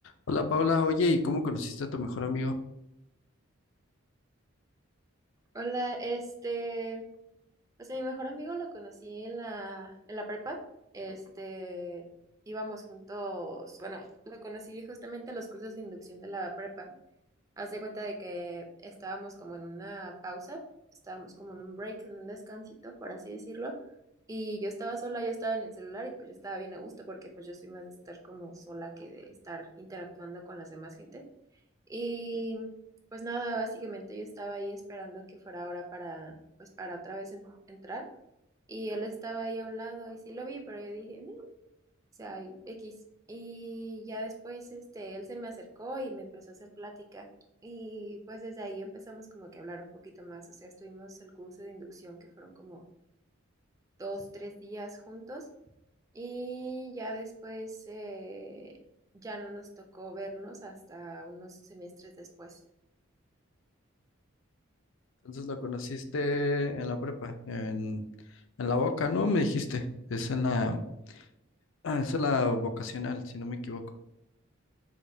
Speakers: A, on the left; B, on the right.
A: Hola Paula, oye, ¿y cómo conociste a tu mejor amigo?
B: Hola, este, pues a mi mejor amigo lo conocí en la, en la prepa. Este, íbamos juntos, bueno, lo conocí justamente en los cursos de inducción de la prepa. Haz de cuenta de que estábamos como en una pausa, estábamos como en un break, en un descansito, por así decirlo. Y yo estaba sola, yo estaba en el celular y pues yo estaba bien a gusto porque pues yo soy más de estar como sola que de estar interactuando con las demás gente. y pues nada, básicamente yo estaba ahí esperando que fuera hora para, pues para otra vez en- entrar. Y él estaba ahí a un lado y sí lo vi, pero yo dije, "Ni", o sea, X. Y ya después, este, él se me acercó y me empezó a hacer plática. Y pues desde ahí empezamos como que a hablar un poquito más. O sea, estuvimos el curso de inducción que fueron como dos, tres días juntos. Y ya después, eh, ya no nos tocó vernos hasta unos semestres después.
A: Entonces lo conociste en la prepa, en, en la boca, ¿no? Me dijiste, es en la, ah, es en la vocacional, si no me equivoco.